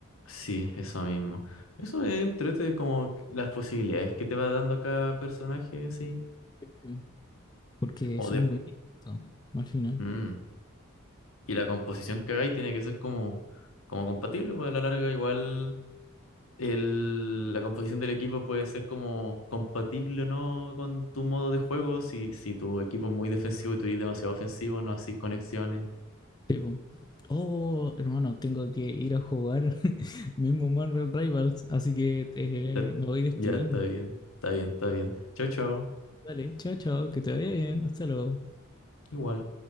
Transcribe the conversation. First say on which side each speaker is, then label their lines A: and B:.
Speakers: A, on the left; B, on the left.
A: Sí, eso mismo. Eso es entrete como las posibilidades que te va dando cada personaje, así.
B: Ujú. Porque
A: O
B: son
A: de...
B: muy distintos al final.
A: mm. Y la composición que hagáis tiene que ser como, como compatible, pues a la larga igual el, la composición del equipo puede ser como compatible o no con tu modo de juego. Si, si tu equipo es muy defensivo y tú eres demasiado ofensivo, no haces conexiones.
B: Sí, bu. Oh, hermano, tengo que ir a jugar <laughs> mismo Marvel Rivals, así que eh,
A: Ya
B: me voy despidiendo.
A: ya está bien, está bien, está bien. Chao, chao.
B: Dale, chao, chao, que te vaya bien, hasta luego.
A: Igual.